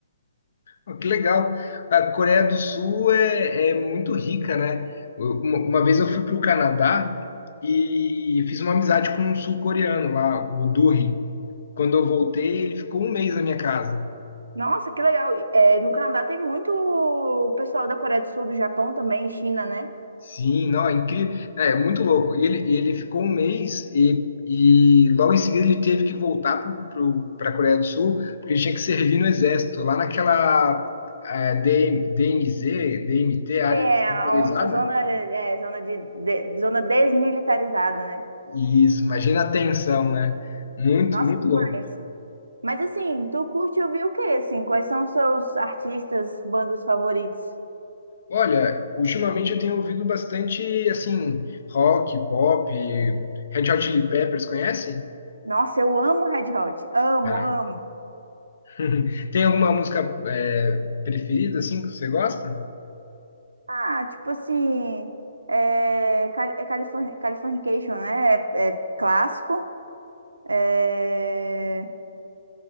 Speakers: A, on the left (about 60°); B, on the right (about 80°).
A: Pô, Que legal. A Coreia do Sul é, é muito rica, né? Eu- Uma, uma vez eu fui para o Canadá e fiz uma amizade com um sul-coreano lá, o Duri. Quando eu voltei, ele ficou um mês na minha casa.
B: Nossa, que legal. É, no Canadá tem muito o pessoal da Coreia do Sul, do Japão também, China, né?
A: Sim, não, é incrível. É, é muito louco. E ele, ele ficou um mês e, e logo em seguida ele teve que voltar para a Coreia do Sul, porque ele tinha que servir no exército, lá naquela eh, DM, DMZ, DMT, área
B: Tem é,
A: desmilitarizada.
B: a, on- a zona, é, zona, de, de- zona desmilitarizada, né?
A: Isso, imagina a tensão, né? Muito,
B: Nossa,
A: muito
B: demais.
A: louco.
B: Mas assim, tu curte ouvir o quê, assim? Quais são os seus artistas, bandas favoritos?
A: Olha, ultimamente eu tenho ouvido bastante, assim, rock, pop, Red Hot Chili Peppers, conhece?
B: Nossa, eu amo Red Hot. Amo,
A: Ah.
B: amo.
A: <laughs> Tem alguma música é, preferida, assim, que você gosta?
B: Ah, tipo assim, é, Cali- é Californi- Californication, né? É, é clássico. É...